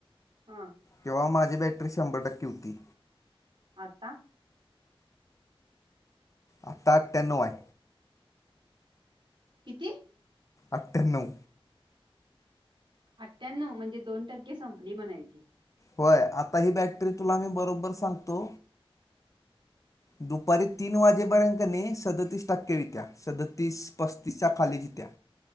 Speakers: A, on the right; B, on the left.
A: हां.
B: तेव्हा माझी बॅटरी शंभर टक्के होती.
A: आत्ता.
B: आता आठ्यानऊ आहे.
A: किती
B: अठ्ठ्याण्णव.
A: अठ्ठ्याण्णव म्हणजे दोन टक्के संपली म्हणायची.
B: होय आता ही बॅटरी तुला मी बरोबर सांगतो.
A: <inaudible>
B: दुपारी तीन वाजेपर्यंतने सदतीस टक्के वित्या सदतीस पस्तीसच्या खाली जित्या.